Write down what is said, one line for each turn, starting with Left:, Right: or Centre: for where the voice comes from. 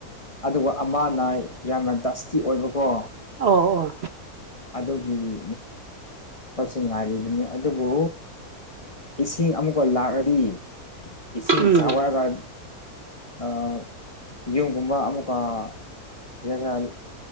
Left: ꯑꯗꯨꯒ ꯑꯃꯅꯥ ꯌꯥꯝꯅ ꯗꯁꯇꯤ ꯑꯣꯏꯕꯀꯣ
Right: ꯑꯣ ꯑꯣ
Left: ꯑꯗꯨꯒꯤꯅꯤ ꯃꯆꯤꯟ ꯉꯥꯏꯔꯤꯕꯅꯤ ꯑꯗꯨꯕꯨ ꯏꯁꯤꯡ ꯑꯃꯨꯛꯀꯥ ꯂꯥꯛꯑꯥꯗꯤ ꯏꯁꯤꯡ
Right: ꯎꯝ
Left: ꯆꯥꯎꯔꯥꯒ ꯑꯩ ꯌꯨꯒꯨꯝꯕ ꯑꯃꯨꯛꯀ ꯔꯦꯖꯟ